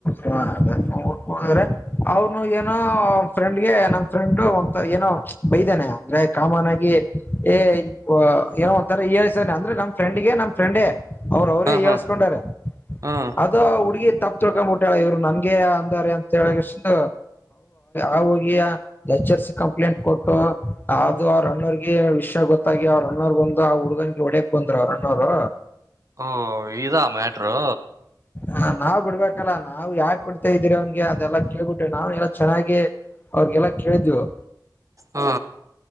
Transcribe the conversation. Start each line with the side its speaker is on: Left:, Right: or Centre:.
Left: ಹ ಅದ ಹ್ರೆ ಅವ್ನು ಏನೋ ಫ್ರೆಂಡ್ಗೆ ನಮ್ ಫ್ರೆಂಡ್ ಒಂತ ಏನೋ ಬೈದಾನೆ ಅಂದ್ರೆ ಕಾಮನ್ ಆಗಿ ಏ ಏನೋ ಒಂಥರ ಏಳ್ತ ಅಂದ್ರೆ ನಮ್ ಫ್ರೆಂಡ್ಗೆ ನಮ್ ಫ್ರೆಂಡೇ ಅವ್ರ ಅವರೇ
Right: ಹಾ
Left: ಹೇಳಸಕೋಡಾರೆ
Right: ಹಾ ಹಾ
Left: ಅದು ಹುಡುಗಿ ಳ್ಕೊಬಿಟ್ಟಳ ಇವ್ರು ನನ್ಗೆ ಅಂದಾರೆ ಅಂತ ಹೇಳಿಕೇಸಿಂದ ಆ ಹೋಗಿ ಎರ್ಸ್ ಕಂಪ್ಲೇಂಟ್ ಕೊಟ್ಟು ಅದು ಅವ್ರ ಅಣೋರಿಗೆ ವಿಷಯ ಗೊತ್ತಾಗಿ ಅವ ಅವರಣ್ಣರ್ ಬಂದ್ ಆ ಹುಡುಗನ್ಗೆ ಹೋಡಕ್ ಬಂದ್ರ ಅವರ ಅಣ್ಣಾವ್ರು
Right: ಓ ಇದಾ ಮ್ಯಾಟರು
Left: ಹ ನಾವ್ ಬಿಡ್ಬೇಕಲ್ಲ ನಾವ್ ಯಾಕ ಕೊಡ್ತಾ ಇದ್ದೀರಿ ಅವನ್ಗೆ ಅದೆಲ್ಲಾ ಕೇಳ್ಬಿಟ್ಟವಿ ನಾವ್ ಎಲ್ಲ ಚೆನ್ನಾಗಿ ಅವ್ರಿಗೆಲ್ಲ ಕೇಳಿದವು
Right: ಹಾ